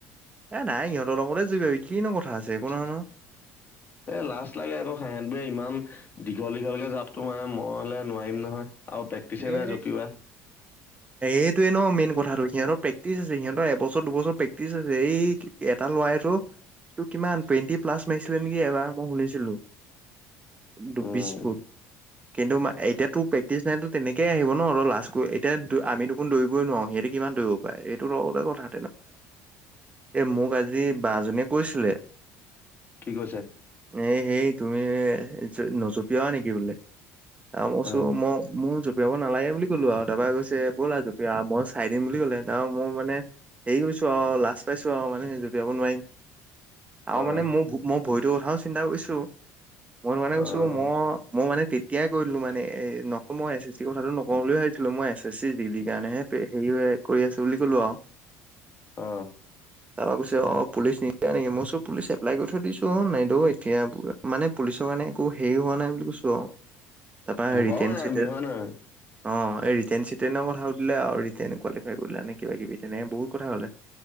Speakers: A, on the right; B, on the left.
A: এ, নাই ইহঁতৰ লগতে <unintelligible> কিনো কথা।
B: <inaudible>
A: আছে একো নহয় নহয়
B: এ, লাজ লাগে আকৌ ইহঁতে ইমান দি দীঘল দীঘলকে জাপ তো মাৰা, মই হলে নোৱাৰিম নহয়। আৰু প্ৰেক্টিচে নাই
A: এ,
B: জঁপিওৱা
A: এইটোৱেটো ন মেইন কথাটো সিহঁতৰ প্ৰেক্টিচ আছে সিহঁত এবছৰ দুবছৰ প্ৰেক্টিচ আছে এই এটা ল'ৰাইটো টোৰ কিমান টুৱেণ্টি প্লাছ মাৰিছিলে নেকি, এবাৰ মই শুনিছিলো। দুপিশ
B: উম
A: ফুট, কিন্তু এতিয়াতো প্ৰেক্টিচ নাইটো তেনেকেই আহিব ন অলপ লাজকৈ এতিয়া আমিত দেখোনৌবই নোৱাৰো সিহতে কিমান দৌব পাৰে এইটো লগতে কথা মোক আজি বা জনীয়ে কৈছিলে।
B: কি কৈছে?
A: এই হেই তুমি নজপিওৱা নেকি বোলে আৰু চাপা মই কৈছো
B: অ
A: মই মোৰ জঁপিয়াব নালাগে বুলি ক'লো আৰু তাৰপৰা কৈছে ব'লা জপিয়া মই চাই দিম বুলি কলে তাৰ মই মানে হেৰি কৈছো আও লাজ পাইছো আও মানে স জুপিয়াব নোৱাৰিম। আৰু মানে
B: অ
A: মো মোৰ ভৰিটোৰ কথাও চিন্তা কৰিছো। মই মানে
B: অ',
A: কৈছো ম মই মানে তেতিয়াই কৰিলো মানে এ মই এছ এছ চি কথাটো নকওঁ বুলি ভাবিছিলো মই এছ এছ চি ডিগ্ৰ্ৰী কাৰণেহে হেৰি কৰি আছো বুলি কলো আও। <inaudible>
B: অঁ।
A: তাৰপৰা কৈছে অ পুলিচ নিদিয়া নেকি মই কৈছো পুলিচ এপ্লাই কৰি থৈ দিছো আও নেদো এতিয়া, মানে পুলিচ ত' মানে একো হেৰি হোৱা নাই বুলি কৈছো আও। তাৰপৰা
B: ভবাও
A: ৰিতেন
B: নাই
A: চিতেন,
B: আমি হয় নাই
A: অ ৰিতেন চিতেনৰ কথা সুধিলে আৰু। নে কুৱিফাই কৰিলা নে কিবা কিবি তেনেকে বহুত কথা হলে